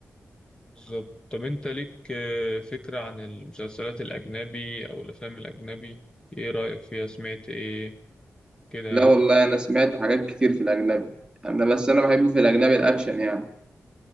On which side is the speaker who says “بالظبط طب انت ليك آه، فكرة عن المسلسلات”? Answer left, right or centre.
Left